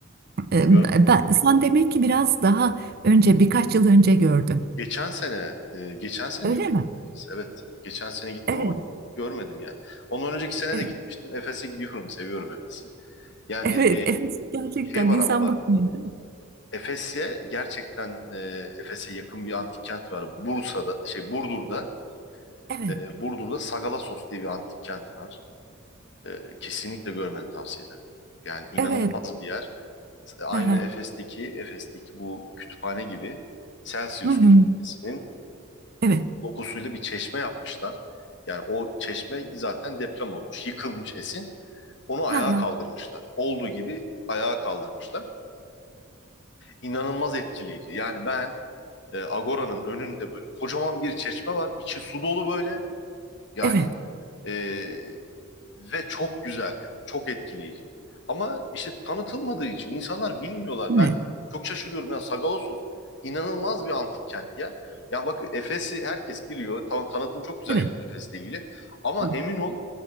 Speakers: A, on the right (about 50°); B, on the left (about 60°).
A: E,
B: Gör-
A: ben, sen demek ki biraz daha önce, birkaç yıl önce gördün.
B: Geçen sene e, geçen sene
A: Öyle
B: gittim.
A: mi?
B: Efes'e, Evet. Geçen sene gittim
A: Evet.
B: ama görmedim yani. Ondan önceki sene
A: E,
B: de gitmiştim. Efes'e gidiyorum. Seviyorum Efes'i. Yani
A: Evet,
B: e,
A: <laughs> Efes'i gerçekten
B: şey var
A: insan
B: ama
A: bakmıyor. değil mi?
B: Efes'e gerçekten e, Efes'e yakın bir antik kent var. Bursa'da şey Burdur'da
A: Evet.
B: e, Burdur'da Sagalassos diye bir antik kent var. E, kesinlikle görmeni tavsiye ederim. Yani inanılmaz
A: Evet.
B: bir yer. Aynı
A: Hı hı.
B: Efes'teki Efes'teki bu kütüphane gibi Celsius
A: Hı hı.
B: kütüphanesinin
A: Evet.
B: dokusuyla bir çeşme yapmışlar. Yani o çeşme zaten deprem olmuş, yıkılmış Esin. Onu
A: Hı
B: ayağa
A: hı.
B: kaldırmışlar. Olduğu gibi ayağa kaldırmışlar. İnanılmaz etkileyici. Yani ben e, Agora'nın önünde böyle kocaman bir çeşme var. İçi su dolu böyle. Yani
A: Evet.
B: e, ve çok güzel yani. Çok etkileyici. Ama işte tanıtılmadığı için insanlar bilmiyorlar.
A: Evet.
B: Ben çok şaşırıyorum. Yani Sagalassos inanılmaz bir antik kent ya. Yani bak Efes'i herkes biliyor. Tan tanıtım çok güzel
A: Evet.
B: yapıyor Efes'le ilgili. Ama
A: Tamam.
B: emin ol